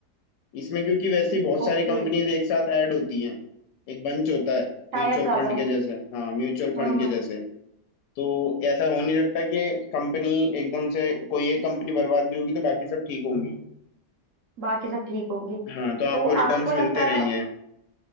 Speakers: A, on the left; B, on the right.
A: इसमें क्योंकि वैसे ही बहुत सारी
B: ओके
A: कंपनीज एक साथ ऐड होती हैं एक बंच होता है
B: टाई
A: म्यूचुअल
B: अप ज्यादा
A: फंड के
B: है
A: जैसे हाँ म्यूचुअल फंड
B: हम्म
A: के जैसे तो ऐसा हो नहीं सकता कि कंपनी एकदम से कोई एक कंपनी बर्बाद भी होगी तो बाकी सब ठीक होंगी
B: हम्म बाकी सब ठीक होंगी
A: हाँ तो आपको
B: तो
A: रिटर्न्स
B: आपको लगता
A: मिलते
B: है
A: रहेंगे